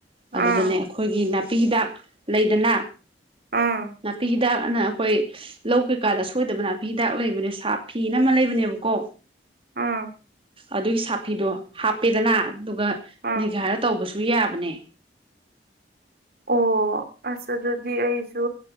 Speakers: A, on the right; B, on the right.
A: ꯑꯗꯨꯗꯅꯦ
B: ꯑꯥ
A: ꯑꯈꯣꯏꯒꯤ ꯅꯥꯄꯤ ꯍꯤꯗꯥꯛ ꯂꯩꯗꯅ
B: ꯑꯥ
A: ꯅꯥꯄꯤ ꯍꯤꯗꯥꯛ ꯑꯅ ꯑꯈꯣꯏ ꯂꯧ ꯀꯩꯀꯥꯗ ꯁꯣ ꯑ‌ꯣꯏꯗꯕ ꯅꯥꯄꯤ ꯍꯤꯗꯥꯛ ꯂꯩꯕꯅꯦ ꯁꯥꯞ ꯐꯤꯅ ꯑꯃꯥ ꯂꯩꯕꯅꯦꯕꯀꯣ
B: ꯑꯥ
A: ꯑꯗꯨꯒꯤ ꯁꯥꯐꯤꯗꯣ ꯍꯥꯞꯄꯦꯗꯅ ꯗꯨꯒ
B: ꯑꯥ
A: ꯅꯩꯒꯥꯏꯔ ꯇꯧꯕꯁꯨ ꯌꯥꯕꯅꯦ
B: ꯑꯣ ꯑꯁ ꯑꯗꯨꯗꯤ ꯑꯩꯁꯨ